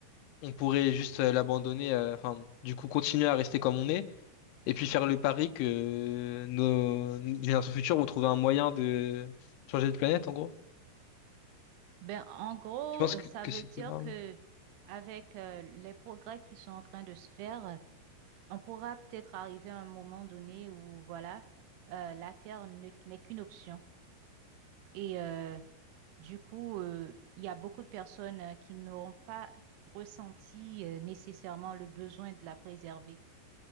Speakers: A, on the left (about 80°); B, on the right (about 85°).
A: on pourrait juste euh, l'abandonner, euh, enfin, du coup continuer à rester comme on est, et puis faire le pari que nos nos générations futures vont trouver un moyen de changer de planète, en gros?
B: Ben, en gros,
A: Tu penses
B: euh,
A: que,
B: ça
A: que
B: veut
A: c'est
B: dire
A: de là?
B: que avec euh, les progrès qui sont en train de se faire, euh, on pourra peut-être arriver à un moment donné où, voilà, euh, la Terre ne- n'est qu'une option. Et euh, du coup, euh, il y a beaucoup de personnes euh, qui n'auront pas ressenti euh, nécessairement le besoin de la préserver.